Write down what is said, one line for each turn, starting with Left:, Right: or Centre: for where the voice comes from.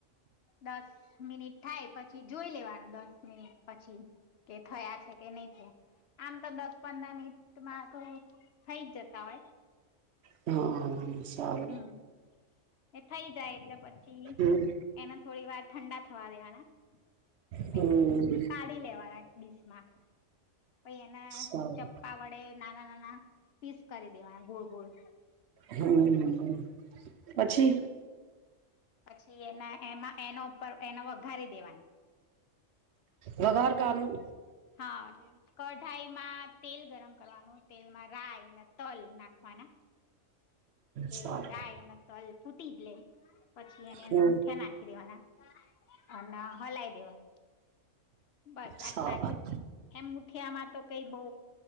Left: દસ મિનિટ થાય પછી જોઈ લેવાનું દસ મિનિટ પછી કે થયા છે કે નહી થયા આમ તો દસ પંદર મનટ મામાં તો થઈ જ જતા હોય
Right: હા સાર
Left: હમ એ થઈ જાય એટલે પછી
Right: હમ
Left: એને થોડી વાર ઠંડા થવા દેવા હ પ
Right: હમ
Left: કાઢી લેવાના એક ડડીસમાં પ એને
Right: સારું
Left: ચપ્પા વડે નાના નાના પીસ કરી દેવાના ગોળ ગોળ
Right: હમ પછી
Left: પછી એના એમાં એનો ઉપર એને વઘારી દેવાના
Right: બગાર કાનૂ
Left: હા કઢાઈમાં તેલ ગરમ કરવાનું તેલમાં રાય ને તલ નાખવાના
Right: સારું
Left: એ રાય અને તલ ફૂટી જ લે પછી એની
Right: હમ
Left: અંદર મુઠિયા નાખી દેવાના અ ના હલાઈ દેવા બસ
Right: સારું
Left: આટલા જ એમ મુઠિયામાં તો કઈ બઉ